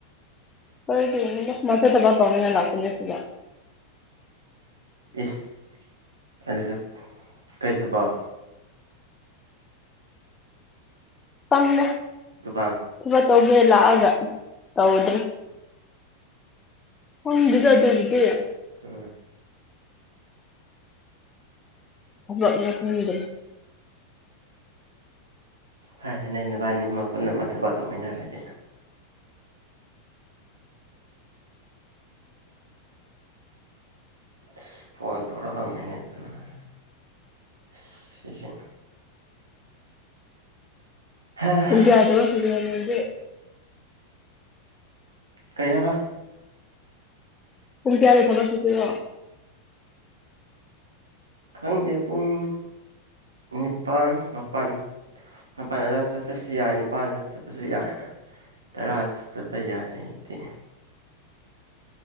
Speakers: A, on the left; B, on the right.
A: ꯍꯗꯤꯃꯖꯦ <unintelligible> ꯃꯥꯖꯨ ꯊꯕꯛ ꯇꯧꯅꯤꯉꯥꯏ ꯂꯥꯛꯄꯅꯤ ꯁꯤꯗ
B: ꯏ꯭ꯁ ꯑꯗꯨꯗ ꯀꯩ ꯊꯕꯛ
A: ꯐꯪ <unintelligible>
B: ꯗꯨꯀꯥꯟ <unintelligible>
A: ꯁꯦꯕꯥ ꯇꯧꯒꯦ ꯂꯥꯛꯑꯒ ꯇꯧꯗ꯭ꯔꯦ ꯍꯣꯏꯗꯨꯗ <unintelligible> ꯑꯗꯨꯕꯨꯗꯤ
B: ꯎꯝ <unintelligible>
A: ꯊꯂꯅ <unintelligible> ꯈꯪꯗ꯭ꯔꯦ
B: ꯍꯥꯏ ꯍꯥꯏꯅ ꯅꯕꯅꯤꯃꯛ ꯄꯨꯟꯅ ꯑꯃ ꯊꯕꯛ ꯇꯧꯃꯤꯟꯅꯔꯗꯤ ꯏ꯭ꯁ ꯐꯣꯟ ꯇꯧꯔꯛ ꯉꯝꯃꯤꯅꯦ ꯅꯨꯡꯉꯥꯏꯔꯦ ꯏ꯭ꯁ ꯁꯤꯖꯨ ꯍꯥ ꯍꯥ
A: ꯀꯨꯡꯌꯥꯔꯗꯕ <unintelligible> ꯀ <unintelligible> ꯋꯥꯅꯤ <unintelligible>
B: ꯀꯩ ꯍꯥꯏꯕ
A: ꯄꯨꯡ ꯀꯌꯥꯗ ꯊꯕꯛ ꯆꯠꯇꯨꯏꯔꯣ
B: ꯈꯪꯗꯦ ꯄꯨꯡ ꯅꯤꯄꯥꯟ ꯃꯥꯄꯟ ꯃꯄꯜ ꯑꯗꯨꯋꯥꯏꯗ ꯆꯠꯄꯁꯨ ꯌꯥꯏ ꯅꯤꯄꯥꯥꯟ ꯑꯗꯨꯋꯥꯏꯗ ꯆꯠꯄꯁꯨ ꯌꯥꯏ ꯇꯔꯥ ꯆꯠ ꯄ ꯌꯥꯏ ꯑꯩꯗꯤ